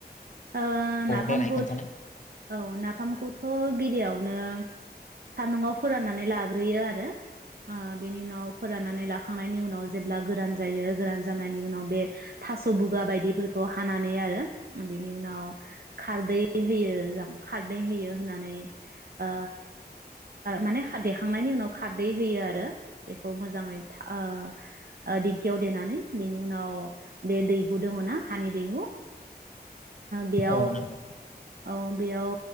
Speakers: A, on the right (about 65°); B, on the left (about 45°).
A: औ नाफाम
B: देनाय
A: कुद
B: खोन्थानाय
A: औ नाफाम कुद थ गिबियावनो सान्दुंआव फोराननानै लाग्रोयो आरो ओ बिनि उनाव फोराननानै लाखांनायनि उनाव जेब्ला गोरान जायो गोरान जानायनि उनाव बे थास' बुगा बायदिफोरखौ हानानै आरो बेनि उनाव खारदै होयो खारदै होयो होननानै ओ माने देखांनायनि उनाव खारदै होयो आरो बेखौ मोजाङै ओ ओ दिंखियाव देनानै बेनि उनाव बे दैहु दङ ना हानि दैहु ओ बेयाव
B: औ नंगौ।
A: औ बेयाव